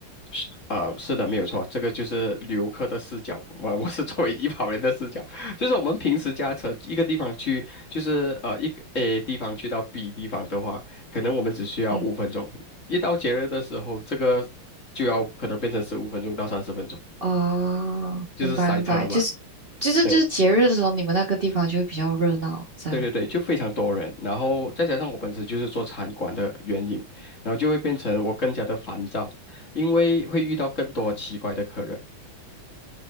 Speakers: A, on the left; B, on the right.
A: 是呃，是的，没有错，这个就是游客的视角。我我是作为医保人的视角，就是我们平时驾车一个地方去，就是呃一个 A 地方去到 B 地方的话，可能我们只需要五分钟。
B: 嗯，
A: 一到节日的时候，这个就要可能变成十五分钟到三十分钟，
B: 哦，
A: 就是塞车嘛。
B: 明白明白，就是就是就是节日的时候，
A: 对，
B: 你们那个地方就会比较热闹，这样
A: 对对对，就非常多人，然后再加上我本身就是做餐馆的原因，然后就会变成我更加的烦躁，因为会遇到更多奇怪的客人。